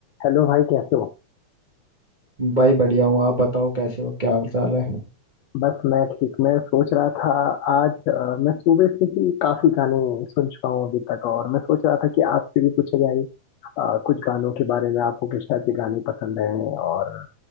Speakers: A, on the left; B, on the right.
A: Hello भाई कैसे हो
B: भाई बढ़िया हूँ आप बताओ कैसे हो क्या हाल चाल है
A: बस मैं ठीक मैं सोच रहा था आज अ, मैं सुबह से ही काफी गाने सुन चुका हूँ अभी तक और मैं सोच रहा था कि आपसे भी पूछा जाए अ, कुछ गानों के बारे में आपको किस टाइप के गाने पसंद हैं और